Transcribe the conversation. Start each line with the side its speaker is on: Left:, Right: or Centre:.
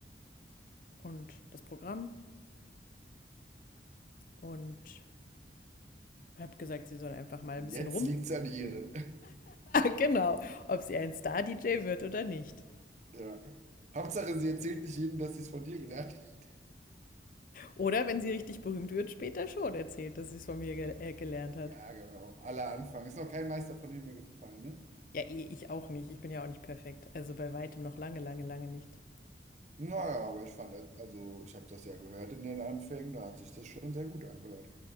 Left: und das Programm und habe gesagt, sie soll einfach mal ein
Right: jetzt
Left: bisschen rum.
Right: liegt
Left: <laughs>
Right: es an ihr. <laughs>
Left: genau, ob sie ein Star-DJ wird oder nicht.
Right: Ja. Hauptsache, sie erzählt nicht jedem, dass sie es von dir gelernt hat.
Left: Oder wenn sie richtig berühmt wird, später schon erzählt, dass sie es von mir gel äh, gelernt hat.
Right: Ja, genau. Aller Anfang. Ist noch kein Meister von Himmel gefallen, ne?
Left: Ja, eh, ich auch nicht. Ich bin ja auch nicht perfekt. Also bei weitem noch lange, lange, lange nicht.
Right: Naja, aber ich fand, also ich habe das ja gehört in den Anfängen, da hat sich das schon sehr gut angehört.